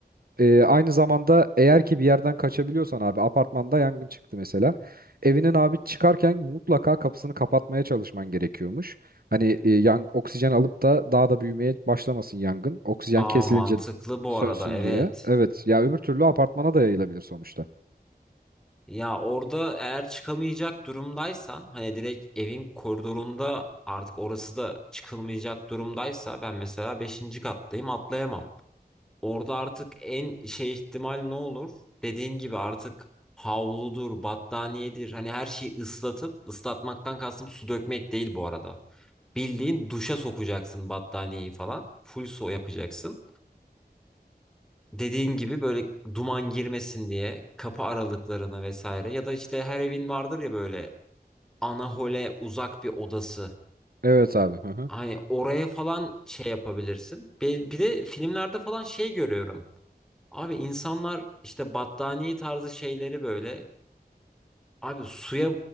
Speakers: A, on the right; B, in the centre.
A: Ee, aynı zamanda eğer ki bir yerden kaçabiliyorsan abi apartmanda yangın çıktı mesela. Evinin abi çıkarken mutlaka kapısını kapatmaya çalışman gerekiyormuş. Hani e, yan, oksijen alıp da daha da büyümeye başlamasın yangın. Oksijen
B: Aa
A: kesilince
B: mantıklı bu
A: sönsün
B: arada evet.
A: diye. Evet ya öbür türlü apartmana da yayılabilir sonuçta.
B: Ya orada eğer çıkamayacak durumdaysan hani direkt evin koridorunda artık orası da çıkılmayacak durumdaysa ben mesela beşinci kattayım atlayamam. Orada artık en şey ihtimal ne olur? Dediğin gibi artık havludur, battaniyedir hani her şeyi ıslatıp ıslatmaktan kastım su dökmek değil bu arada. Bildiğin duşa sokacaksın battaniyeyi falan. Full su yapacaksın dediğin gibi böyle duman girmesin diye kapı aralıklarına vesaire ya da işte her evin vardır ya böyle anahole uzak bir odası.
A: Evet abi. Hı hı.
B: Hani oraya falan şey yapabilirsin. Bir, bir de filmlerde falan şey görüyorum. Abi insanlar işte battaniye tarzı şeyleri böyle abi suya